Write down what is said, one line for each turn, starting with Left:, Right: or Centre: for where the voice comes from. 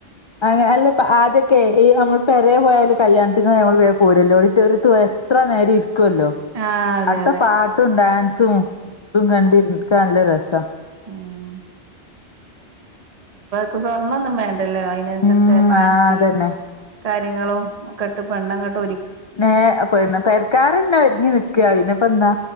Left: അ അൻല്ലപ്പ ആദ്യൊക്കെ നമ്മൾ പേരെ പോയാല് കല്യാണത്തിന് നമ്മൾ വേം പോരോല്ലോ ഓടിറ്റൊറിയത്ത് പോയാൽ എത്ര നേരെരി- കൊല്ലോ
Right: ആഹ് അതെ
Left: അട്ത്ത
Right: അതെ
Left: പാട്ടും ഡാൻസ് - തും തുംകണ്ടിരിൻക്കാൻ ല്ല രസ്
Right: ആഹ് പ്പ സ്വൊർണംന്നും വേ - ണ്ട്ല്ലോ അയിനൻസര്ച്ച്
Left: ഉം
Right: ഫാൻസിം
Left: ആ അതന്നെ
Right: കാര്യങ്ങളോക്കട്ട് പെണ്ണും കട്-
Left: ന്നെഅ പെണ്ണ് പേര്ക്കാരന്നെ ഒരുങ്ങി നിക്ക പിന്നപ്പന്താ